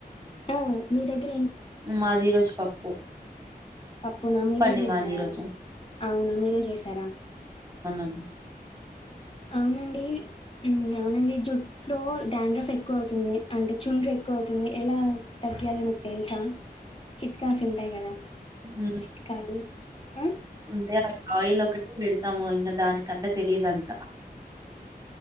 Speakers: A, on the left; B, on the right.
A: ఆ మీ దగ్గరా
B: మాది ఈరోజు పప్పు
A: పప్పు నా మీరే
B: అండి
A: చేశారా
B: మాది ఈరోజు
A: అవునా మీరే చేశారా
B: అ
A: అవునండి అవునండి జొట్లో డాండ్రఫ్ ఎక్కువ అవుతుంది అంటే చుండ్ర ఎక్కువ అవుతుంది ఎలా తగ్గాలో మీకు తేల్సా చిట్కాస్ ఉంటాయి కదా
B: ఉమ్,
A: చిట్కాలు ఆ
B: అంటే ఆయిల్ ఒకటి పెడతాము ఇంకా దానికంటే తెలీదంత